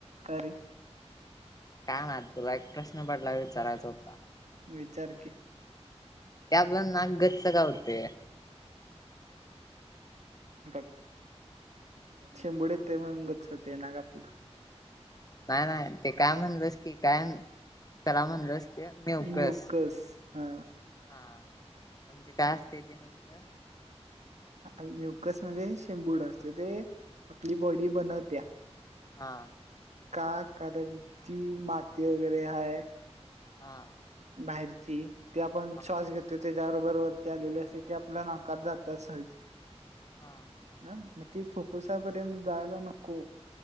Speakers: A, on the right; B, on the left.
A: कारी
B: का ना तुला एक प्रश्न पडला विचारायचा होता.
A: विचार की
B: त्या आपला नाक गच्चग होते.
A: बघ शिंबड ते मंगचच ते ना का आपलं.
B: नाही नाही ते काय म्हणलंस की काय कला म्हणलस. नेवकस
A: म्युकस हा
B: हा म्हणजे काय असते ते नेमकं.
A: म्युकस म्हणजे शेंबूड असते ते आपली बॉडी बनवत्या.
B: हा.
A: का कारणची माती वगैरे हा.
B: हा.
A: बाहेरची ते आपण
B: हा
A: श्वास घेतो. त त्याच्याबरोबर वरती आलेली असते ते आपल्या नाकात जात असच.
B: हां.
A: ह मग ती फुफ्फुसापर्यंत जायला नको.